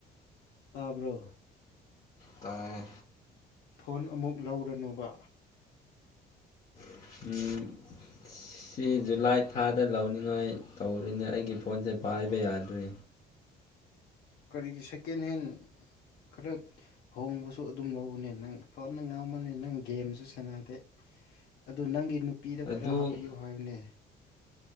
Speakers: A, on the left; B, on the left.
A: ꯇꯥꯕ꯭ꯔꯣ꯫
B: ꯇꯥꯑꯦ꯫
A: ꯐꯣꯟ ꯑꯃꯨꯛ ꯂꯧꯔꯅꯨꯕ꯫
B: <unintelligible> ꯁꯤ ꯖꯨꯂꯥꯏ ꯊꯥꯗ ꯂꯧꯅꯤꯡꯉꯥꯏ ꯇꯧꯔꯤꯅꯦ ꯑꯩꯒꯤ ꯐꯣꯟꯁꯦ ꯄꯥꯏꯕ ꯌꯥꯗ꯭ꯔꯦ꯫
A: ꯀꯔꯤꯒꯤ ꯁꯦꯀꯦꯟ ꯍꯦꯟ ꯈꯔ ꯍꯣꯡꯕꯁꯨ ꯑꯗꯨꯝ ꯂꯧꯕꯅꯦ ꯅꯪ ꯐꫭꯟꯗ ꯉꯥꯎꯝꯃꯟꯂꯤ ꯅꯪ ꯒꯦꯝꯁꯨ ꯁꯥꯟꯅꯗꯦ꯫ ꯑꯗꯨ ꯅꯪꯒꯤ ꯅꯨꯄꯤꯗ
B: ꯑꯗꯨ
A: ꯈꯔ ꯍꯥꯞꯄꯤꯌꯨ ꯍꯥꯏꯑꫭꯅꯦ꯫